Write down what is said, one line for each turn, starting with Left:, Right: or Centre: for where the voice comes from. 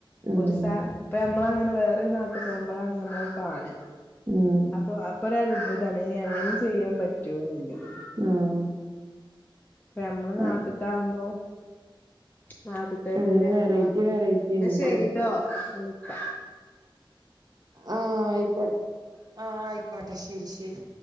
Right: ഉം
Left: ഒരു സ അപ്പൊ നമ്മള് അങ്ങനെ വേറൊരു നാട്ടിൽ പോകുമ്പോഴാണ് നമ്മളത് കാണ
Right: ഉം
Left: അപ്പൊ ഒരു അത്ഭുതാണ് ഏ അങ്ങനീം ചെയ്യാൻ പറ്റോ എന്നില്ലത്
Right: ആഹ്
Left: അപ്പോ നമ്മളെ നാട്ടത്തെ
Right: ആഹ്
Left: ആകുമ്പോ നാട്ടിത്തെ തന്നല്ലേ
Right: അങ്ങനെ
Left: ഞമ്മക്ക്അറിയ
Right: വെറൈറ്റി
Left: ഇന്നാ
Right: വെറൈറ്റി ഉണ്ട്
Left: ശരിട്ടോ വിളിക്ക
Right: ആഹ് ആയിക്കോട്ടെ ആഹ് ആയിക്കോട്ടെ ശെരി ശെരി